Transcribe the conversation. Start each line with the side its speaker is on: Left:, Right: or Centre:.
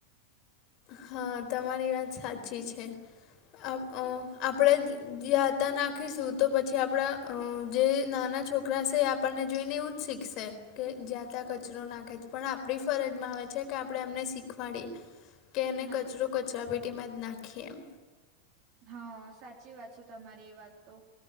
Left: હા તમારી વાત સાચી છે આપ અ આપ આપડે જ જ્યાં ત્યાં નાખીશું તો પછી આપડા જે નાના છોકરા સે આપણને જોઈને એવું જ શીખશે કે જ્યા ત્યાં કચરો નાખે છે પણ આપણી ફરજ માં આવે છે કે આપણે એમને શીખવાડીએ કે એને
Right: ના
Left: કચરો કચરા પેટીમાં જ નાખીએ એમ
Right: હા સાચી વાત છે તમારી એ વાત તો